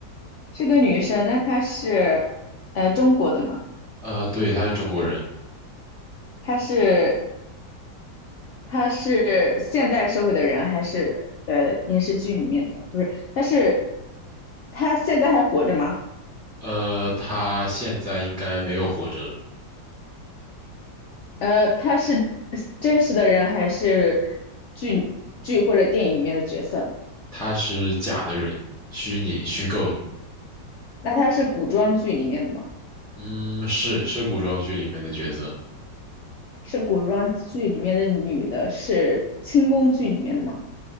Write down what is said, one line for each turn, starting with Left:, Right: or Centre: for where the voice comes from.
Left: 是个女生，那她是，呃，中国的吗？
Centre: 呃，对，她是中国人，
Left: 她是他是现代社会的人还是呃影视剧里面的？不是，他是他现在还活着吗？
Centre: 呃，她现在应该没有活着了，
Left: 呃，他是真实的人还是剧剧或者电影里面的角色呢？
Centre: 她是假的人，虚拟、虚构的。
Left: 那他是古装剧里面的吗？
Centre: 嗯，是是古装剧里面的角色，
Left: 是古装剧里面的女的，是清宫剧里面的吗